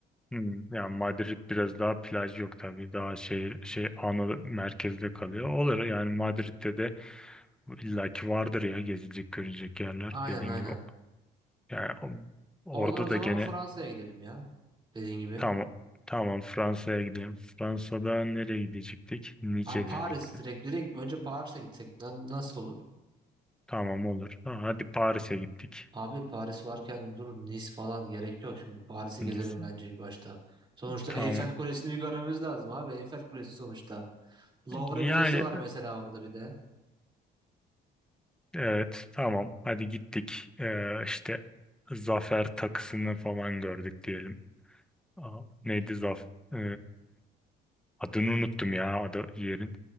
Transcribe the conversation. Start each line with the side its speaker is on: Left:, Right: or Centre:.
Centre: Hmm, yani Madrid biraz daha plaj yok tabii daha şehir şey ana merkezde kalıyor. Olur yani Madrid'de de illaki vardır ya gezilecek görecek yerler
Right: Aynen
Centre: dediğin
Right: aynen.
Centre: gibi Yani o-
Right: Oradan
Centre: orada
Right: o zaman
Centre: da gene
Right: Fransa'ya gidelim ya. Dediğin gibi.
Centre: tamam tamam Fransa'ya gidelim. Fransa'da nereye gidecektik? Nice
Right: Abi Paris
Centre: dedik de.
Right: direkt direkt önce Paris'e gitsek na- nasıl olur?
Centre: Tamam olur. Ha, hadi Paris'e gittik.
Right: Abi Paris varken dur Nice falan gerek yok şimdi. Paris'i
Centre: Nice.
Right: gezelim bence ilk başta. Sonuçta
Centre: Tamam.
Right: Eyfel Kulesi'ni bir görmemiz lazım abi. Eyfel Kulesi sonuçta. Louvre
Centre: Yani
Right: Müzesi var mesela orada bir de.
Centre: evet tamam. Hadi gittik. Ee, işte zafer takısını falan gördük diyelim. Aa, neydi zaf? ee, Adını unuttum ya ada yerin.